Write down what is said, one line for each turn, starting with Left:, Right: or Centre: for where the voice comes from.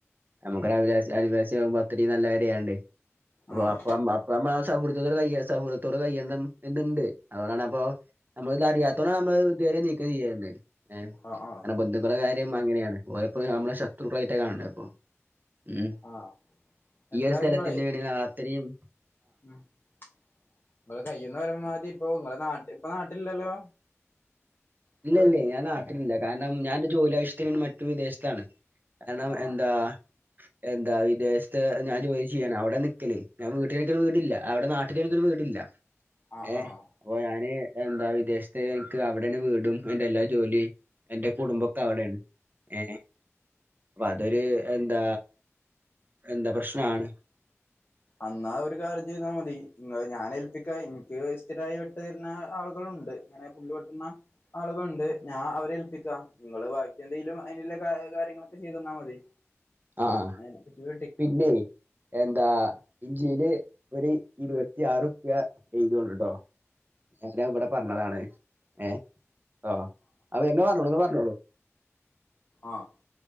Right: നമുക്കരു അ <unintelligible> അയൽവാസി ആമ്പോ അത്രേം നല്ല കാര്യാണ്ടേ അപ്പോ
Left: ആഹ്
Right: അപ്പൊ മ്മള സൗഹൃദത്തോടെ കൈയ സൗഹൃത്തോടെ കയ്യേണ്ടം എന്ന്ണ്ട് അതുകൊണ്ടാണ് അപ്പൊ നമ്മളറിയാത്തോടെ നമ്മള് ഇതുവരെ നീക്കം ചെയ്യാന്നെ ഏഹ്
Left: ആഹ് ആഹ്
Right: അങ്ങനെ ബന്ധുക്കള കാര്യ ന്റ മ്മ അങ്ങനെയാണ് ഓയപ്പോ നമ്മളെ ശത്രുക്കളായിട്ട കാണ അപ്പൊ ഉം
Left: ആഹ്
Right: ഈ
Left: എന്തായാലും
Right: ഒരു സ്ഥലത്തി
Left: ഇങ്ങളെ
Right: <unintelligible> ശരിയും
Left: ഉം നമ്മള് കയ്യന്ന് വരു മാ ഇപ്പോങ്ങളെ നാ <unintelligible> ഇപ്പ നാട്ടിലില്ലല്ലോ ഇങ്ങള്
Right: ഇല്ല ഇല്ലെ ഞാൻ നാട്ടിലില്ല കാർണം ഞന് ജോലി ആവശ്യത്തിന് മറ്റു വിദേശ് ത്താണ് എണം
Left: ആഹ്
Right: എന്താ എന്താ വിദേശ്ത്ത് ഞാൻ ജോലി ചെയ്യാണ് അവിടെ നിക്കല്. ഞാൻ വീട്ടിലെനിക്ക് ഒരു വീടില്ല അവിടെ നാട്ടിലെനിക്കൊരു വീ ടില്ല
Left: ആഹ്
Right: ഏഹ്
Left: ആഹ്
Right: അപ്പൊ ഞാന് എന്താ വിദേശത്ത് എനിക്ക് അവിടന്ന് വീട് എന്റെ എല്ലാ ജോലിയും എന്റെ കുടുംബം ഒക്കെ അവിടെയാണ് ഏ അപ്പൊ അതൊരു എന്താ എന്താ പ്രശ്നാണ്
Left: അന്നാ ഒരു കാര്യം ചെയ്താൽ മതി ഇ ഞാൻ ഏൽപ്പിക്കാ എനിക്ക് സ്ഥിരമായി വെട്ടു തരുന്ന ആൾ ണ്ട് ഇങ്ങനെ പുല്ല് വെട്ടുന്ന ആളുകളുണ്ട് ഞാൻ അവരെ ഏൽപ്പിക്കാം നിങ്ങള് ബാക്കിയെന്തേലും അയിന് കാര്യങ്ങളൊക്കെ ചെയ്തു തന്നാ മതി
Right: ആഹ്
Left: ആ <unintelligible>
Right: പിന്നെ എന്താ ഇഞ്ചിയില് ഒരു ഇരുപത്തിയാറ്ുപ്യ എഴുത കൊണ്ട് കേട്ടോ ഞര ഇവിടെ പറഞ്ഞതാണ് ഏ ആഹ അത് എെ പറഞ്ഞോളൂ എന്ന് പറഞ്ഞോളൂ
Left: ആഹ